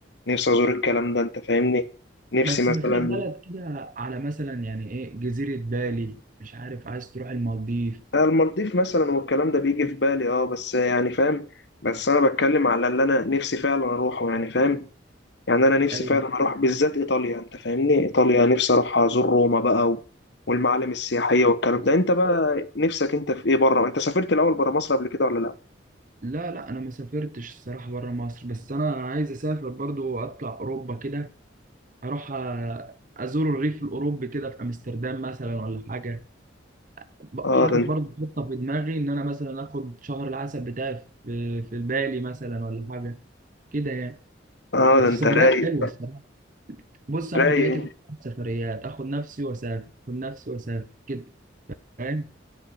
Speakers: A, on the left; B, on the right.
A: نفسي ازور الكلام ده انت فاهمني نفسي
B: بس
A: مثلا
B: مفيش بلد كده على مثلا يعني ايه جزيرة بالي مش عارف عايز تروح المالديف
A: آه، المالديف مثلا والكلام ده بيجي في بالي اه بس يعني فاهم بس انا بتكلم على اللي انا نفسي فعلا اروحه يعني فاهم يعني انا نفسي
B: اي
A: فعلا اروح بالذات ايطاليا انت فاهمني ايطاليا نفسي اروح ازور روما بقى و... والمعالم السياحيه والكلام ده انت بقى نفسك انت في ايه بره انت سافرت الاول بره مصر قبل كده ولا لا
B: لا لا انا ما سافرتش الصراحة بره مصر بس انا عايز اسافر برضو اطلع اوروبا كده اروح آه، ازور الريف الاوروبي كده في امستردام مثلا ولا حاجة ب-
A: اه
B: حاطط
A: ده انت
B: برضو خطة في دماغي ان انا مثلا اخد شهر العسل بتاعي في في بالي مثلا ولا حاجة كده يعني
A: اه
B: السفريات
A: ده انت رايق
B: حلوة الصراحة. بص
A: رايق
B: انا متعتي
A: انت.
B: في السفريات اخد نفسي واسافر اخد نفسي واسافر كده فاهم